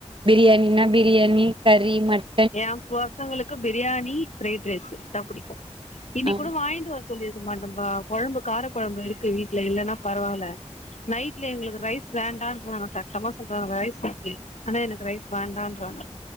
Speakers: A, on the right; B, on the left.
A: பிரியாணினா பிரியாணி கறி மட்
B: என் பசங்களுக்கு பிரியாணி ஃப்ரைட் ரைஸ் இத்தா புடிக்கோ இனிக்
A: ஆ
B: கூட வாய்ங்ட் வர் சொல்லியிருக்க மாட்டம்பா கொழம்பு கார கொழம்பு இருக்கு வீட்ல இல்லன்னா பரவால்ல நைட் இல்ல எங்குளுக்கு ரைஸ் வேண்டான்றாங்க சட்டமா சொல்றாங்க ரைஸ் இருக்கு ஆனா எனக்கு ரைஸ் வேண்டான்றாங்க